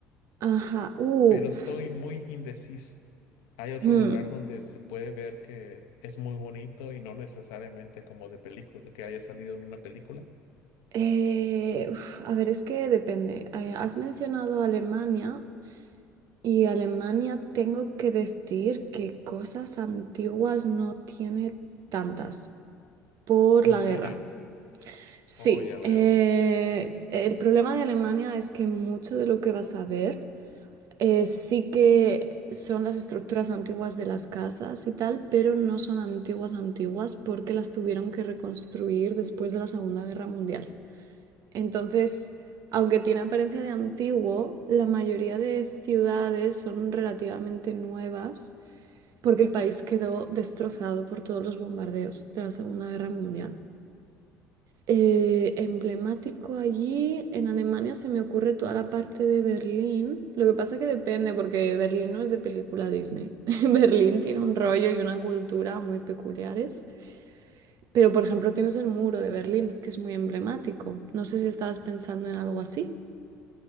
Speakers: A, on the right; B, on the left.
A: ajá. Uh,
B: Pero estoy
A: pf,
B: muy indeciso. Hay otro
A: mm.
B: lugar donde se puede ver que es muy bonito y no necesariamente como de película, que haya salido en una película
A: Eh, uf, a ver, es que depende. Eh, has mencionado Alemania. Y Alemania, tengo que decir que cosas antiguas no tiene tantas por
B: ¿En
A: la
B: serio?
A: guerra. Sí,
B: Oh, ya veo.
A: eh, el problema de Alemania es que mucho de lo que vas a ver eh, sí que son las estructuras antiguas de las casas y tal, pero no son antiguas antiguas porque las tuvieron que reconstruir después de la Segunda Guerra Mundial. Entonces, aunque tiene apariencia de antiguo, la mayoría de ciudades son relativamente nuevas porque el país quedó destrozado por todos los bombardeos de la Segunda Guerra Mundial. Eh, emblemático allí en Alemania se me ocurre toda la parte de Berlín. Lo que pasa que depende porque Berlín no es de película Disney. <laughs> Berlín tiene un rollo y una cultura muy peculiares. Pero por ejemplo tienes el muro de Berlín, que es muy emblemático. No sé si estabas pensando en algo así.